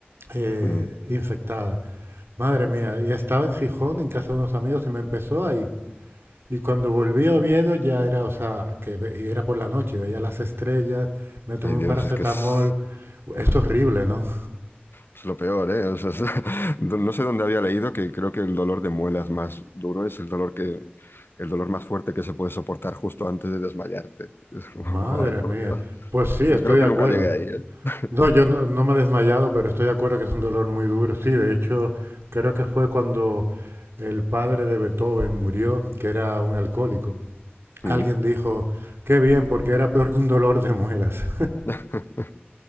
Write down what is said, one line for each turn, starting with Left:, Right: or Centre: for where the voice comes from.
Right: eh,
Left: mm,
Right: infectada. Madre
Left: uf,
Right: mía, y estaba en Gijón, en casa de unos amigos, y me empezó a y cuando volví a Oviedo ya era, o sea, que ve- y era por la noche, veía las estrellas, me tomé
Left: ay
Right: un
Left: Dios,
Right: paracetamol.
Left: es que es... uf.
Right: Es horrible, ¿no?
Left: Es lo peor, ¿eh? O sea, es- <laughs> no sé dónde había leído que creo que el dolor de muelas más duro es el dolor que, el dolor más fuerte que se puede soportar justo antes de desmayarte. Es como,
Right: Madre
Left: <laughs> ay, por
Right: mía.
Left: Dios.
Right: Pues sí, estoy
Left: Yo creo que
Right: de acuerdo.
Left: nunca llegué ahí, ¿eh?
Right: No, yo no, no me he desmayado, pero estoy de acuerdo que es un dolor muy duro. Sí, de hecho, creo que fue cuando el padre de Beethoven murió, que era un alcohólico. Alguien
Left: Mm.
Right: dijo, qué bien, porque era peor que un dolor de muelas.
Left: <laughs>